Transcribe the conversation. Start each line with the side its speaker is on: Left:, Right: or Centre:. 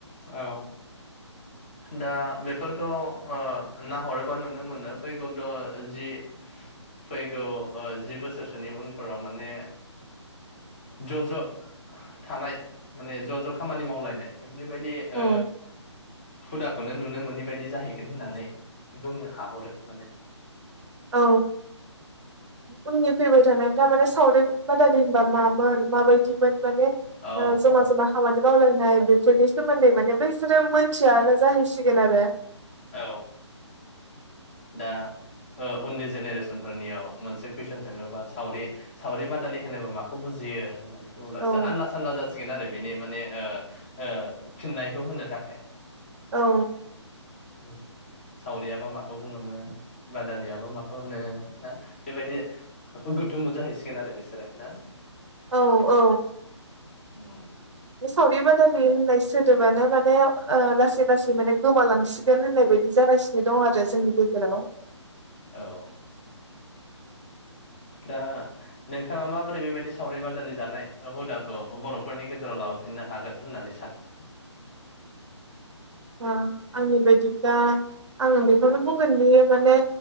Left: औ दा बेफोरखौ नाहरोबा नुनो मोनो फैगौ द जि फैगौ जि बोसोरसोनि उनफोराव माने ज' ज' थानाय माने ज' ज' खामानि मावलायनाय बेबायदि ओ
Right: औ
Left: हुदाखौनो नुनो मोनै बायदि जाहैगोन होननानै बुंनो हाहरो माने
Right: औ उननि फैबाय थानायफ्रा माने सावरि बादालि होनबा मामोन माबायदिमोन माने
Left: औ
Right: जमा
Left: औ
Right: जमा खामानि मावल नाय बेफोरनि सोमोन्दै माने बिसोरो मोनथियानो जाहैसिगोन आरो
Left: औ दा उननि जेनेरेसनफोरनियाव मोनसे कुइसन सोङोबा सावरि सावरि बादालि होनोबा माखौ बुजियो बुङोब्ला बिसर
Right: औ
Left: आनला सानला जासिगोन आरो बिनि माने ओ फिननायखौ होनो थाखाय।
Right: औ।
Left: ओम सावरियाबा माखौ बुङोमोन बादालियाबा माखौ होनो ना बेबायदि गुथुमु जाहैसिगोन आरो बिसोरो ना।
Right: औ औ।
Left: ओम।
Right: बे सावरि बादालि होननाय सोदोबानो माने लासै लासै माने गोमालांजोब सिगोन होननाय बायदि जागासिनो दं आरो जोंनि गेजेराव।
Left: औ दा नोंथाङा माबोरै बेबायदि सावरि बादालि जानाय हुदाखौ बर'फोरनि गेजेराव लाबोफिननो हागोन होननानै सानो
Right: ओ आंनि बायदिब्ला आङो बेखौनो बुंगोन बि माने